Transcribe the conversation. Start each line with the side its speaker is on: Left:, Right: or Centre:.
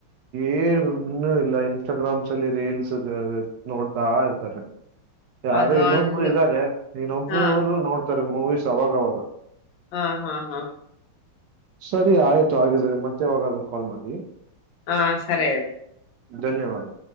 Right: ಏನು ಇಲ್ಲ ಇನ್ಸ್ಟಾಗ್ರಾಮ್ಸ್ ಅಲ್ಲಿ ರೀಲ್ಸ್ ನೋಡ್ತಾ ಇರ್ತಾರೆ ಯಾರು
Left: ಅದು
Right: ಇನ್ನೊಬ್ರು
Left: ಒಂದು
Right: ಇದಾರೆ ಇನ್ನೊಬ್ಬರುರು
Left: ಹಾ
Right: ನೋಡ್ತಾರೆ ಮೂವೀಸ್ ಅವಾಗವಾಗ
Left: ಹಾ ಹಾ ಹಾ
Right: ಸರಿ ಆಯ್ತು ಹಾಗಿದ್ರೆ ಮತ್ತೆವಾಗಾದ ಕಾಲ್ ಮಾಡಿ
Left: ಹಾ ಸರಯಡು
Right: ಧನ್ಯವಾದ